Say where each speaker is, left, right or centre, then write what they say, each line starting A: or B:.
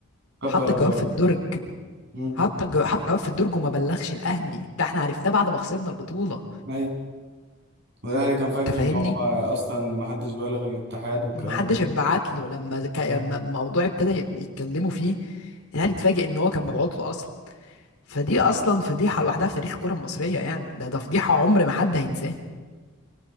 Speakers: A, on the right (about 50°); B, on the left (about 80°).
A: قبل
B: حط
A: الجواب
B: الجواب في الدرج
A: مم.
B: حط الجو... حط الجواب في الدرج وما بلغش الاهلي ده احنا عرفناه بعد ما خسرنا البطوله
A: ايوه والاهلي كان فاكر
B: انت فاهمني
A: ان هو اصلا ما حدش بلغ الاتحاد والكلام
B: ما حدش
A: ده
B: اتبعت له لما ك... لما
A: كله
B: الموضوع ابتدى يتكلموا فيه الاهلي اتفاجئ ان هو كان مبعوت له اصلا فدي اصلا فضيحه لوحدها في تاريخ الكره المصريه يعني ده ده فضيحه عمر ما حد هينساه